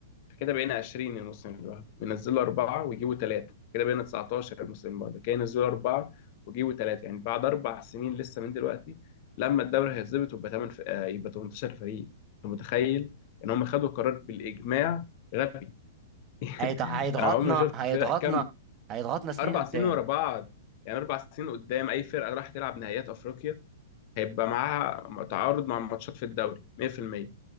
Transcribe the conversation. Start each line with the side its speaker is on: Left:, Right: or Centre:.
Left: فكده بقينا 20 الموسم اللي بعده وينزلوا اربعه ويجيبوا ثلاثه كده بقينا 19 الموسم اللي بعده كده ينزلوا اربعه ويجيبوا ثلاثه يعني بعد اربع سنين لسه من دلوقتي لما الدوري هيتظبط ويبقى 8 ف... آه، يبقى 18 فريق انت متخيل ان هم خدوا قرار بالاجماع غبي <laughs>
Right: هيض- هيضغطنا
Left: انا عمري ما شفت
Right: هيضغطنا
Left: فرق كامله
Right: هيضغطنا سنين
Left: اربع
Right: قدام
Left: سنين ورا بعض يعني اربع سنين قدام اي فرقه راح تلعب نهائيات افريقيا هيبقى معاها تعارض مع ماتشات في الدوري 100%